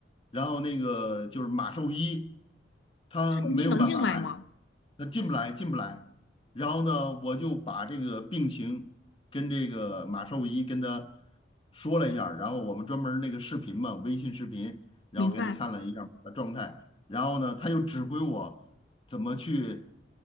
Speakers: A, on the left (about 30°); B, on the left (about 85°).
A: 然后那个就是马兽医，他没有办法来，
B: 兽医能进来吗？
A: 他进不来，进不来。然后呢，我就把这个病情跟这个马兽医跟他说了一下儿然后我们专门儿那个视频嘛，微信视频，然后给他看了一下儿我的状态，
B: 明白。
A: 然后呢，他又指挥我。怎么去